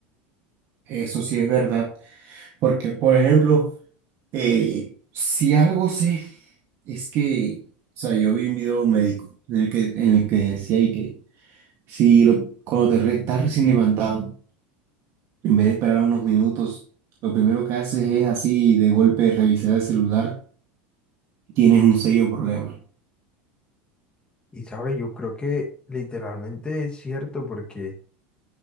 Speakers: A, on the right (about 45°); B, on the left (about 15°).
A: Eso sí es verdad, porque, por ejemplo, eh, si algo sé, es que, o sea, yo vi un video de un médico en el que, en el que decía ahí que si lo, cuando te re- estás recién levantado, en vez de esperar unos minutos, lo primero que haces es así de golpe revisar el celular, tienes un serio problema.
B: Y sabes, yo creo que literalmente es cierto porque